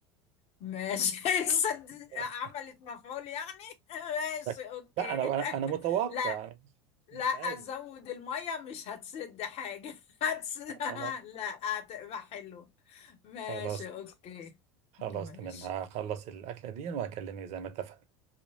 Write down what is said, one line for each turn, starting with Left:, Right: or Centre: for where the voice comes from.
Left: ماشي <laughs> صد-
Right: <laughs>
Left: عملت مفعول يعني <laughs>
Right: شك-
Left: ماشي أوكي
Right: لا انا انا
Left: <laughs>
Right: أنا متوقع
Left: لا
Right: أنا مش
Left: لا
Right: مش
Left: أزود
Right: عارف
Left: المية مش هتسد حاجة <laughs> هتس... لا
Right: خلاص
Left: هتبقى حلو ماشي
Right: خلاص
Left: أوكي
Right: خلاص
Left: ماشي
Right: تمام هخلص الاكله دي وهكلمك زي ما اتفقنا